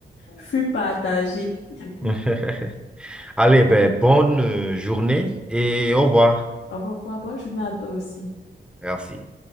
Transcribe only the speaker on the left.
fut partagé. <laughs>
Au revoir. Bonne journée à toi aussi.